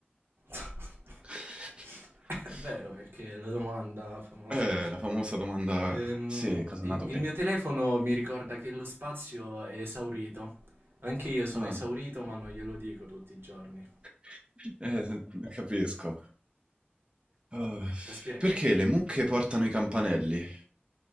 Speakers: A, on the right; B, on the right.
A: <laughs>
B: <laughs>
A: È vero, perché è la domanda famosa.
B: Eh, la famosa domanda...
A: Ehm,
B: Sì, cosa
A: il,
B: è nato
A: il
B: prima?
A: mio telefono mi ricorda che lo spazio è esaurito. Anche io sono
B: Ah.
A: esaurito, ma non glielo dico tutti i giorni.
B: <laughs> Eh, capisco. Ah,
A: Te spiego?
B: perché le mucche portano i campanelli?